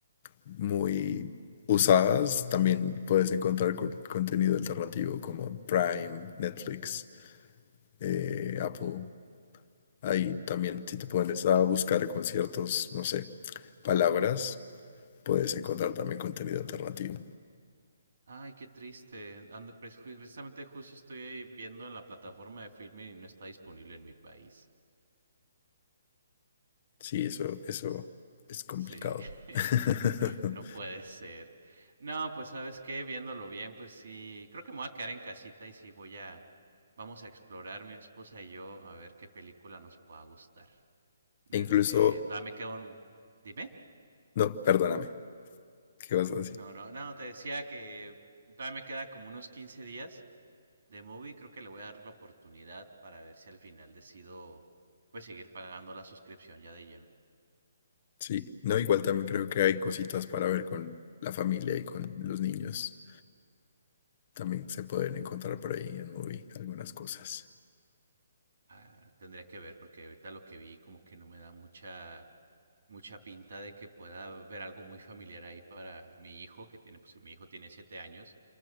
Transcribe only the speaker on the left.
muy usadas, también puedes encontrar co- contenido alternativo como Prime, Netflix, eh, Apple. Ahí también, si te pones a buscar conciertos, no sé, palabras, puedes encontrar también contenido
alternativo.
Sí, eso, eso
es complicado.
<laughs>
E Incluso,
no, perdóname, ¿qué vas a decir?
Sí, no, igual también creo que hay cositas para ver con la familia y con los niños. También se pueden encontrar por ahí en Movie algunas cosas.